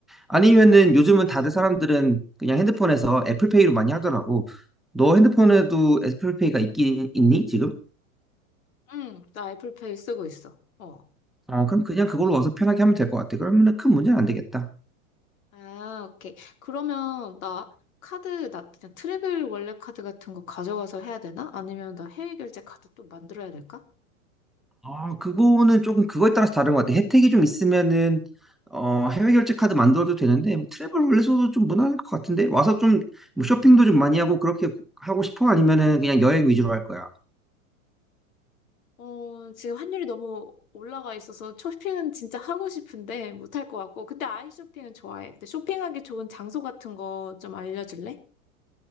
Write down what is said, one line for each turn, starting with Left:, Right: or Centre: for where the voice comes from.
Centre: 아니면은 요즘은 다들 사람들은 그냥 핸드폰에서 애플페이로 많이 하더라고. 너 핸드폰에도 애플페이가 있긴 있니 지금?
Left: 응, 나 애플페이 쓰고 있어. 어.
Centre: 어, 그럼 그냥 그걸로 와서 편하게 하면 될 것 같아. 그러면은 큰 문제는 안 되겠다.
Left: 아, 오케이. 그러면 나 카드, 나 그냥 트래블 원래 카드 같은 거 가져가서 해야 되나? 아니면 나 해외 결제 카드 또 만들어야 될까?
Centre: 아, 그거는 조금 그거에 따라서 다른 것 같아. 혜택이 좀 있으면은 어, 해외 결제 카드 만들어도 되는데 뭐 트래블 월렛으로도 좀 무난할 것 같은데 와서 좀뭐 쇼핑도 좀 많이 하고 그렇게 하고 싶어? 아니면은 그냥 여행 위주로 할 거야?
Left: 어, 지금 환율이 너무 올라가 있어서 쇼핑은 진짜 하고 싶은데 못할 것 같고. 근데 아이 쇼핑은 좋아해. 근데 쇼핑하기 좋은 장소 같은 거 좀 알려줄래?